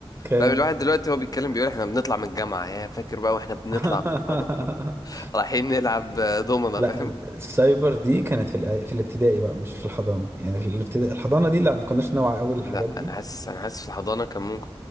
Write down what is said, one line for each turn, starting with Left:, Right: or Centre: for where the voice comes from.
Right: ك
Left: فاهم الواحد دلوقتي هو بيتكلم بيقول احنا بنطلع من الجامعه يا فاكر بقى واحنا بنطلع
Right: <laughs>
Left: من الحضانه <laughs> رايحين نلعب آه، دومنه
Right: لا
Left: فاهم
Right: السايبر دي كانت في الإع- في الابتدائي بقى مش في الحضانه يعني في الابتدائي الحضانه دي لا ما كناش نوعي قوي للحاجات
Left: لا
Right: دي
Left: انا حاسس انا حاسس في الحضانه كان ممكن